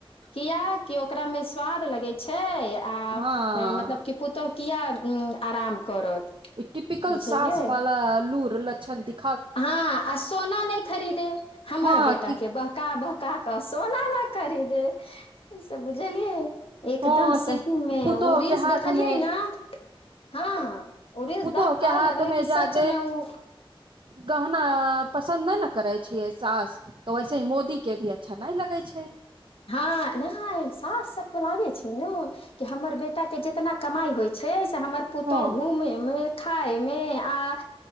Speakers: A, on the left; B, on the right.
A: किया कि ओकरा मे स्वाद लगे छै आ
B: हँ
A: मतलब कि पुतहु किया आराम करत
B: ई टिपिकल
A: बुझलियै
B: सास वाला आ लूड़ि लछन दि
A: हँ आ सोना नहि खरीदे हमर
B: हँ
A: बेटा
B: कि
A: के बहका बह कऽ सोना न खरीदे से बुझलियै
B: हँ
A: एकदम सही
B: कि
A: मे
B: पुतोह
A: ओ रील्स
B: के हाथ
A: देखलियै
B: मे
A: ने हँ उ रील्स
B: पुतोह
A: देख
B: के
A: कऽ
B: हाथ
A: लगलै
B: मे
A: कि
B: जादे
A: सच मे उ
B: गहना पस पसन्द नहि ने करै छियै सास तऽ वैसे मो दी के भी अच्छा नहि लगे छै <unintelligible>
A: हँ नहि सास सभके लागे छै ने कि हमर बेटा के जितना कमाई होइ छै हमर पुतहु
B: हँ
A: घुमेमे खायमे आ